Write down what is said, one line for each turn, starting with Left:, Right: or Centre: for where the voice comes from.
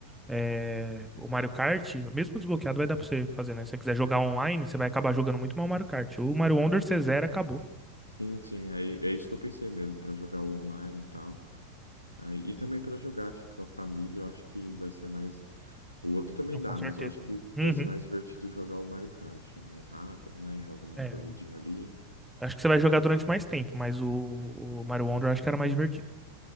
Centre: é, o Mario Kart, mesmo desbloqueado, vai dar pra você fazer, né? Se você quiser jogar online, você vai acabar jogando muito mal o Mario Kart. O Mario Wonder, você zera, acabou.
Left: Sim, sim, é, é isso que eu pensei mesmo, para jogar o online e tal. Aí, e também para jogar aqui com a família, eu acho que vai ser mais. O outro também
Centre: Não,
Left: dá,
Centre: com certeza.
Left: mas eu acho que
Centre: Uhum.
Left: vai ser mais divertido jogar o Mario Kart. É mais rápido, né? Joga uma
Centre: É,
Left: corridinha ali.
Centre: Acho que você vai jogar durante mais tempo, mas o, o Mario Wonder acho que era mais divertido.